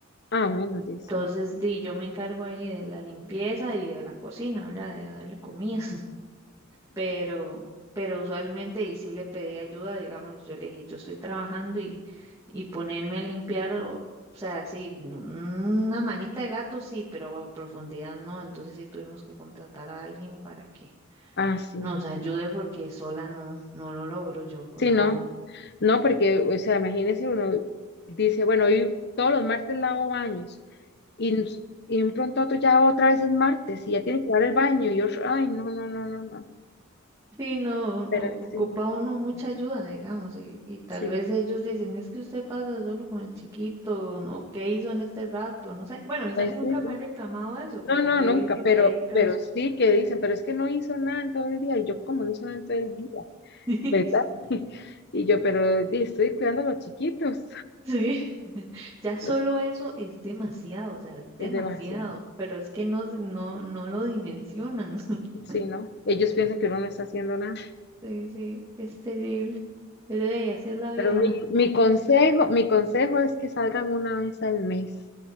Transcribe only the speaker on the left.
Ah, bueno, dice.
Ah, sí.
Sí,
no. No, porque, o sea, imagínese uno dice, bueno, hoy todos los martes lavo baños y, nos- y de un pronto a otro ya otra vez es martes y ya tiene que lavar el baño y yo, ay, no, no, no, no, no,
pero
sí,
sí,
pues
sí,
sí.
No,
no,
nunca,
pero,
pero sí que dicen, pero es que no hizo nada en todo el día y yo, como no hizo nada en todo el día?
¿Verdad? <laughs> Y yo, pero di, estoy cuidando a los chiquitos.
<laughs>
Es demasiado.
Sí, ¿no? Ellos piensan que uno no está haciendo nada.
Pero mi, mi consejo, mi consejo es que salgan una vez al mes,